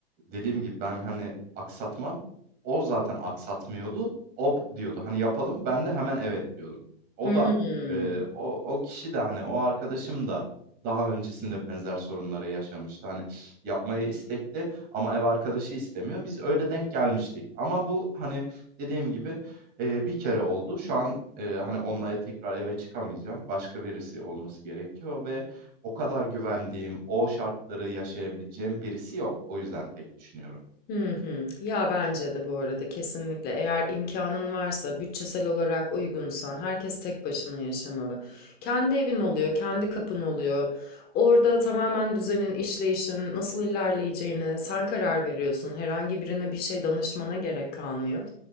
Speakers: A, on the right; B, on the left.
A: dediğim gibi ben, hani, aksatmam. O zaten aksatmıyordu. O b diyordu, hani, "Yapalım." Ben de hemen, "Evet." diyordum. O
B: Hımm.
A: da, eee, o o kişi de, hani, o arkadaşım da daha öncesinde benzer sorunları yaşamıştı. Hani, yapmaya istekli ama ev arkadaşı istemiyor. Biz öyle denk gelmiştik ama bu, hani, dediğim gibi, eee, bir kere oldu. Şu an, eee, hani, onunla tekrar eve çıkamayacağım. Başka birisi olması gerekiyor ve o kadar güvendiğim, o şartları yaşayabileceğim birisi yok. O yüzden tek düşünüyorum.
B: Hı hı. Ya bence de bu arada kesinlikle eğer imkanın varsa, bütçesel olarak uygunsan herkes tek başına yaşamalı. Kendi evin oluyor, kendi kapın oluyor. Orada tamamen düzenin, işleyişin nasıl ilerleyeceğine sen karar veriyorsun. Herhangi birine bir şey danışmana gerek kalmıyor.